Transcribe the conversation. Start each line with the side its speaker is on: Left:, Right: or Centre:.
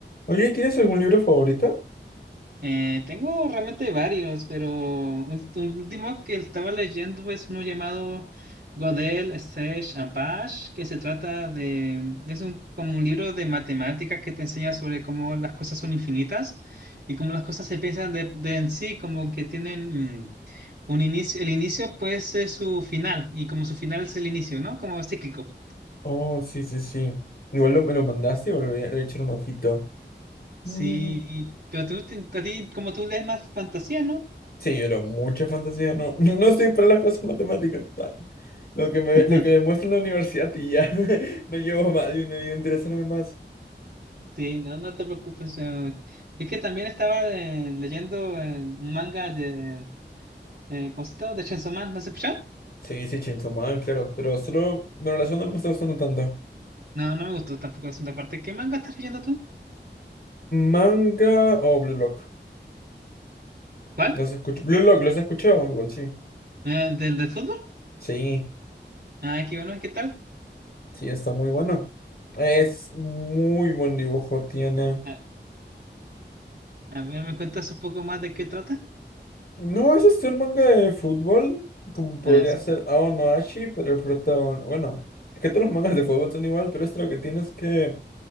Left: Oye, ¿tienes algún libro favorito?
Right: Eh, tengo realmente varios, pero ul- el último que estaba leyendo es uno llamado Godel, Sage and Bash, que se trata de, es un, como un libro de matemáticas que te enseña sobre cómo las cosas son infinitas y cómo las cosas se piensan de, de en sí, como que tienen mm, un inicio, el inicio puede ser su final y como su final es el inicio, ¿no? Como cíclico.
Left: Oh, sí, sí, sí. Igual lo- me lo mandaste o le voy a le voy a echar un ojito.
Right: Sí,
Left: Mm.
Right: y- pero tú, te- a ti, como tú lees más fantasía, ¿no?
Left: Sí, pero mucha fantasía, no, <laughs> no estoy para las cosas matemáticas. pa. Lo que me,
Right: <laughs>
Left: lo que me muestra en la universidad y ya, <laughs> no llevo más, yo no interesarme más.
Right: Sí, no, no te preocupes. eh, Es que también estaba eh, leyendo eh, un manga de... Eh, ¿cómo se llama? De Chainsaw Man, ¿no has escuchado?
Left: Sí, sí, Chainsaw Man, claro, pero solo, bueno, la segunda no me está gustando tanto.
Right: No, no me gustó tampoco la segunda parte. ¿Qué manga estás leyendo tú?
Left: Manga o Blue Lock,
Right: ¿Cuál?
Left: los escucho, Blue Lock, los he escuchado, igual sí.
Right: Eh, ¿del de fútbol?
Left: Sí,
Right: Ah, qué bueno, ¿qué tal?
Left: sí, está muy bueno. Es muy buen dibujo, tiene.
Right: Ah, a ver, ¿me cuentas un poco más de qué trata?
Left: No, es este un manga de fútbol, como podría
Right: Ah, sí.
Left: ser Ao no Ashi, pero el protagonista, bueno, es que todos los mangas de fútbol son igual, pero esto lo que tiene es que